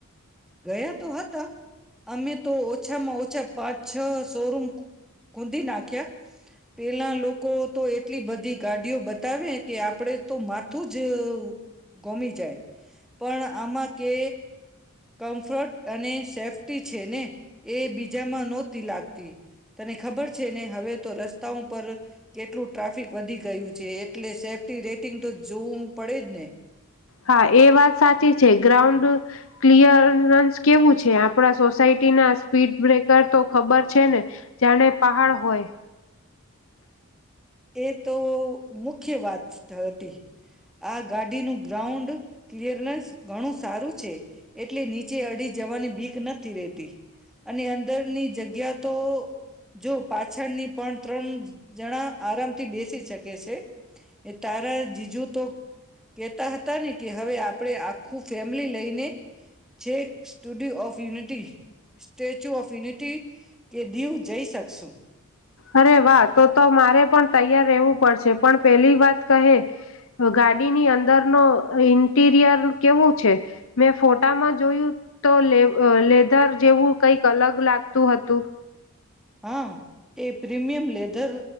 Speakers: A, in the centre; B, on the left.
A: ગયા તો હતા. અમે તો ઓછામાં ઓછ. અચ્છા પાંચ-છો શો રૂમ ખોદી નાખ્યા. પેલા લોકો તો એટલી બધી ગાડીઓ બતાવે કે આપ. આપડણે તો માથું જ ગમી જાય. પણ આમાં કે કમ્ફર્ટ અને. સેફ્ટી છે ને, એ બીજામાં નહોતી લાગતી તને ખબર છે ને હવે તો રસ્તાઓ પર કેટલું ટ્રાફિક વધી ગયું છે. એટલે સેફ્ટી રેટિંગ તો જોવું પડે જ ને.
B: હા એ વાત સાચી છે. ગ્રાઉન્ડ ક્લિયરન્સ કેવું છે આપણા સોસાયટી ના સ્પીડ બ્રેકર તો ખબર છે ને જાણે પહાડ હોય.
A: એ તો મુખ્ય વાત હતી. આ ગાડીનું ગ્રાઉન્ડ. ક્લિયરનેન્સ ઘણું સારું છે. એટલે નીચે અડી જ જવાની ભીખ નથી રહેતી. અને અંદરની જગ્યા. તો. જો પાછળની પણ ત્રણ. જણા આરામથી બેસી શકે છે. તારા જીજુ તો કહેતા હતા ને કે, હવે આપ આપણે આખું ફેમિલી લઈને જે Statue of Unity Statue of Unity કે દીવ જઈ શકશું.
B: અરે વાહ તો તો મારે પણ તૈયાર રહેવું પડશે. પણ પેલી વાત કહે ગાડીની અંદર નુ ઇન્ટિરિયર કેવું છે મેં ફોટામાં જોયું તો લ લેધર જેવું કઈક અલગ લાગતું હતું.
A: હા એ પ્રીમિયમ લેદર